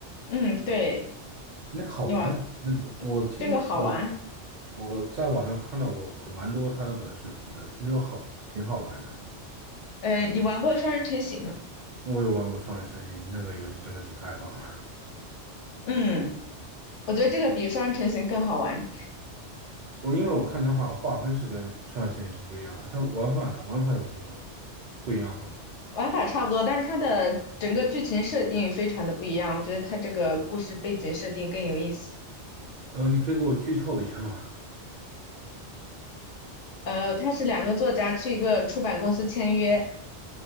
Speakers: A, on the left; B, on the right.
A: 嗯，对，
B: 那个好玩吗？
A: 你玩
B: 那个我听我
A: 这个好玩。
B: 我在网上看到过很蛮多他的短视频的，听说好挺好玩的。
A: 呃，你玩过《双人成行》吗？
B: 我有玩过双人成行，那个游戏真的是太棒了。
A: 嗯，我觉得这个比《双人成行》更好玩，
B: 我因为我看它好像划分是跟双人成影是不一样啊，它玩法呢？玩法有什么不一样吗？
A: 玩法差不多，但是它的整个剧情设定非常的不一样。我觉得它这个故事背景设定更有意思。
B: 呃，你可以给我剧透一下吗
A: 呃，他是两个作家去一个出版公司签约，